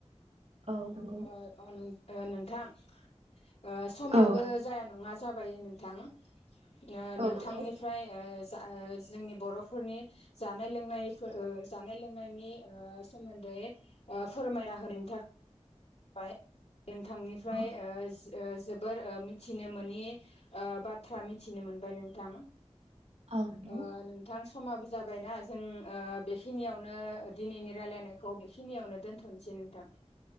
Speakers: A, on the right; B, on the left.
A: औ नों औ नंगौ
B: ओ
A: औ नंगौ
B: अनो ओ नोंथां। ओ समाबो
A: औ
B: जाया नङा जाबाय नोंथां। ओ नोंथांनिफ्राय
A: औ नंगौ औ नंगौ औ नंगौ औ नंगौ
B: ओ जा ओ जोंनि बर'फोरनि जानाय लोंनाय फोर ओ जानाय लोंनायनि ओ सोमोन्दै बे ओ फोरमायना होनायनि थाखाय नोंथांनिफ्राय
A: औ
B: ओ जि ओ जोबोर ओ मिथिनो मोनि बाथ्रा मिथिनो मोनबाय नोंथां।
A: औ नंगौ
B: ओ नोंथां समाबो जाबायना जों ओ बेखिनियावनो दिनैनि रायलायनायखौ बेखिनियावनो दोन्थ'नोसै नोंथां।